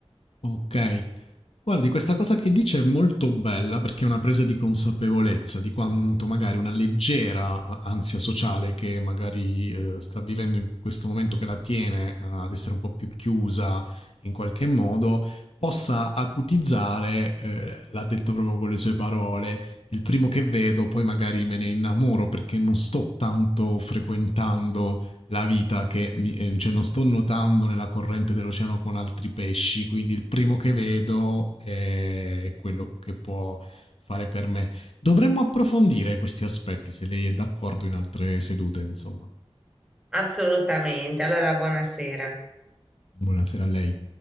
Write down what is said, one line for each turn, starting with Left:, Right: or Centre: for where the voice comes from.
Left: Ok. Guardi, questa cosa che dice è molto bella perché è una presa di consapevolezza di quanto magari una leggera a- ansia sociale che magari eh, sta vivendo in questo momento che la tiene eh, ad essere un po' più chiusa in qualche modo, possa acutizzare, eh, l'ha detto proprio con le sue parole, il primo che vedo, poi magari me ne innamoro perché non sto tanto frequentando la vita che mi- eh, cioè non sto nuotando nella corrente dell'oceano con altri pesci, quindi il primo che vedo è, è quello che può fare per me. Dovremmo approfondire questi aspetti, se lei è d'accordo, in altre sedute, insomma.
Centre: Assolutamente. Allora, buonasera.
Left: Buonasera a lei.